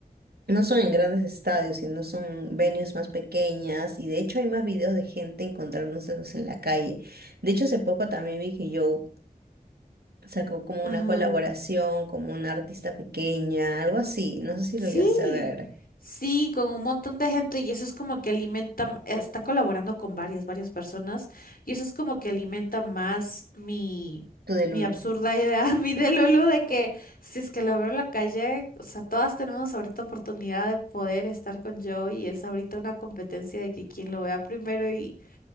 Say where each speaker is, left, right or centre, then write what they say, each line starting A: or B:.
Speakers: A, on the right; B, on the left.
A: no son en grandes estadios, sino son venues más pequeñas. Y de hecho hay más videos de gente encontrándoselos en la calle. De hecho, hace poco también vi que Joe sacó como
B: <laughs> Ajá.
A: una colaboración, como una artista pequeña, algo así. No sé si
B: Sí,
A: lo llegaste a ver.
B: sí, con un montón de gente y eso es como que alimenta, está colaborando con varias, varias personas y eso es como que alimenta más mi,
A: Tú de Lulu.
B: mi absurda idea, <laughs> mi de de que si es que lo veo en la calle, o sea, todas tenemos ahorita oportunidad de poder estar con Joe y es ahorita una competencia de que quien lo vea primero y,